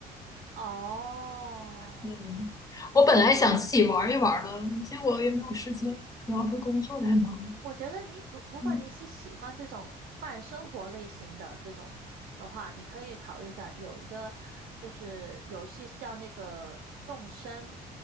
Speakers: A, on the right; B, on the left.
A: 啊？哦，
B: 嗯，我本来想自己玩一玩的，结果也没有时间，主要是工作太忙了。
A: 我觉得你如如果你是喜欢这种慢生活类型的这种的话，
B: 嗯，
A: 你可以考虑一下，有一个就是游戏是叫那个动森，